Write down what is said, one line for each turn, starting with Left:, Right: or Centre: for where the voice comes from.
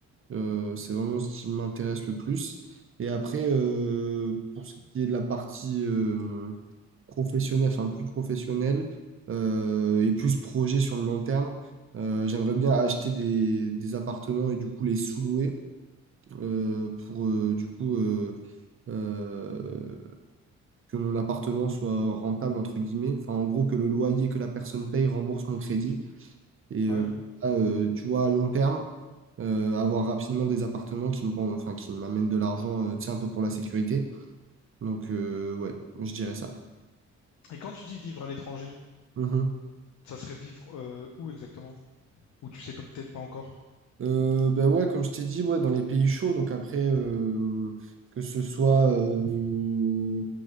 Right: euh, c'est vraiment ce qui m'intéresse le plus. Et après, euh, pour ce qui est de la partie euh, professionnelle, enfin plus professionnelle, euh, et plus projet sur le long terme, euh, j'aimerais bien acheter des, des appartements et du coup les sous-louer euh, pour euh, du coup... euh, euh, que mon appartement soit rentable, entre guillemets. Enfin, en gros, que le loyer que la personne paye rembourse mon crédit. Et
Left: Ouais.
Right: euh, ah, euh, tu vois, à long terme, euh, avoir rapidement des appartements qui me rendent- enfin, qui m'amènent de l'argent, euh, tu sais, un peu pour la sécurité. Donc, euh, ouais, je dirais ça.
Left: Et quand tu dis vivre à l'étranger,
Right: Mhm.
Left: ça serait vivre euh, où exactement? Ou tu sais pe- peut-être pas encore?
Right: Euh, ben ouais, comme je t'ai dit, ouais, dans les pays chauds, donc après, euh, que ce soit, euh,